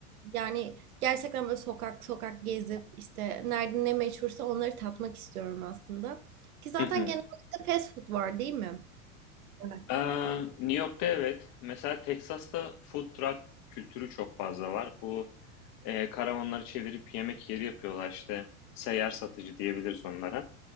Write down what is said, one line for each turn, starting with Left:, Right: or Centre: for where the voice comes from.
Right: yani gerçekten böyle sokak sokak gezip işte nerede ne meşhursa onları tatmak istiyorum aslında. Ki zaten
Left: Hı hı.
Right: genelde fast food var değil mi? Evet.
Left: Ee, New York'ta evet. Mesela Texas'ta food truck kültürü çok fazla var. Bu e, karavanları çevirip yemek yeri yapıyorlar işte. Seyyar satıcı diyebiliriz onlara.